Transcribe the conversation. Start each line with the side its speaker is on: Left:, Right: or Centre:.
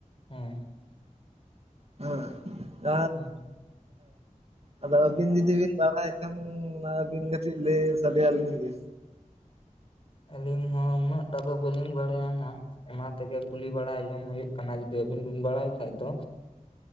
Left: ᱦᱮᱸ ᱾
Right: <unintelligible>
Left: ᱦᱩᱸ
Right: ᱟᱫᱚ ᱟᱵᱤᱱ ᱡᱩᱫᱤ ᱵᱤᱱ ᱵᱟᱲᱟᱭ ᱠᱷᱟᱱ ᱟᱵᱤᱱ ᱠᱟᱹᱴᱤᱡ ᱞᱟᱹᱭ ᱥᱟᱰᱮ ᱟᱹᱞᱤᱧ ᱵᱤᱱ
Left: ᱟᱹᱞᱤᱧ ᱦᱚᱸ ᱩᱱᱟᱹᱜ ᱴᱟ ᱫᱚ ᱵᱟᱹᱞᱤᱧ ᱵᱟᱲᱟᱭᱟ ᱦᱟᱸᱜ ᱾ ᱚᱱᱟ ᱛᱮᱜᱮ ᱠᱩᱞᱤ ᱵᱟᱲᱟ ᱡᱚᱝ ᱦᱩᱭᱩᱜ ᱠᱟᱱᱟ ᱡᱩᱫᱤ ᱟᱹᱵᱤᱱ ᱵᱤᱱ ᱵᱟᱲᱟᱭ ᱠᱷᱟᱡ ᱫᱚ